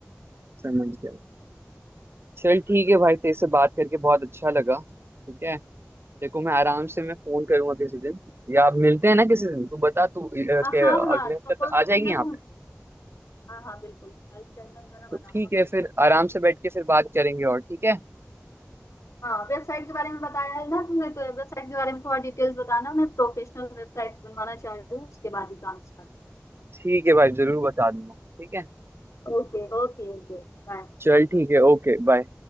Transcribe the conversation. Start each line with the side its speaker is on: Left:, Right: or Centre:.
Right: समझ गया चल ठीक है भाई तेरे से बात करके बहुत अच्छा लगा ठीक है देखो मैं आराम से मैं फोन करूंगा किसी दिन या आप मिलते हैं ना किसी दिन तू बता तू अ, के
Left: आ, हाँ हाँ
Right: अगले
Left: सपोर्ट
Right: हफ्ते तो आ जाएगी
Left: करना
Right: यहाँ
Left: तुम
Right: पे
Left: हाँ हाँ बिल्कुल हेल्प करना जरा
Right: तो
Left: बताना
Right: ठीक
Left: मुझे
Right: है फिर
Left: गाइड कर
Right: आराम
Left: दो
Right: से बैठ के फिर बात करेंगे और ठीक है
Left: हाँ वेबसाइट के बारे में बताया है ना तुमने तो वेबसाइट के बारे में थोड़ा डिटेल्स बताना मैं प्रोफेशनल वेबसाइट बनवाना चाह रही हूँ उसके बाद ही काम start
Right: ठीक है भाई जरूर बता दूंगा ठीक है
Left: Okay okay okay Bye
Right: चल ठीक है ओके बाय